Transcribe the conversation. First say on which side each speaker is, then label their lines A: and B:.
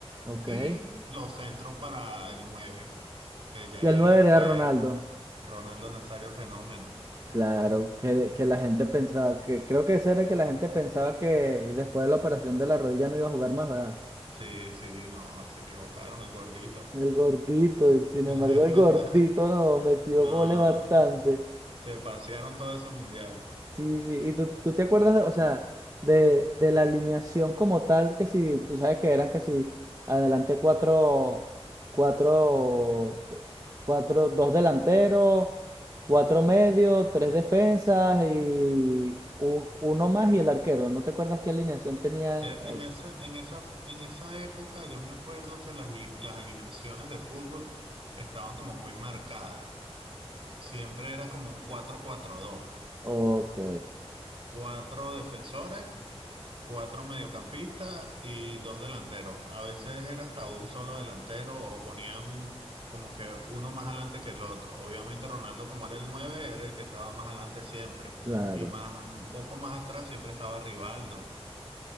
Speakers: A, on the right; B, on the right.
A: Ok.
B: y los centros para el 9 que ya
A: Y el
B: era
A: 9
B: el
A: era
B: que
A: Ronaldo.
B: Ronaldo Nazario el fenómeno.
A: Claro, que, de- que la gente pensaba que, creo que ese era el que la gente pensaba que después de la operación de la rodilla no iba a jugar más, ¿verdad?
B: Sí, sí, no, se equivocaron, el gordito.
A: El gordito, y sin
B: <laughs>
A: embargo, el gordito no metió
B: No,
A: goles bastante.
B: se pasearon todo ese mundial.
A: Sí, sí, y tú, tú te acuerdas, de- o sea, de, de la alineación como tal, que si, tú sabes que eran que si, adelante cuatro, cuatro, cuatro, dos delanteros, cuatro medios, tres defensas y u- uno más y el arquero. ¿No te acuerdas qué alineación tenían
B: Eh,
A: ellos?
B: En esa, en esa, en esa época yo me acuerdo que las, li- las alineaciones de fútbol estaban como muy marcadas. Siempre era como un cuatro cuatro dos
A: Ok,
B: Cuatro defensores cuatro mediocampistas y dos delanteros. A veces era hasta un solo delantero o ponían como que uno más adelante que el otro. Obviamente Ronaldo, como era el nueve, era el que estaba más adelante siempre.
A: claro.
B: Y más, un poco más atrás siempre estaba Rivaldo.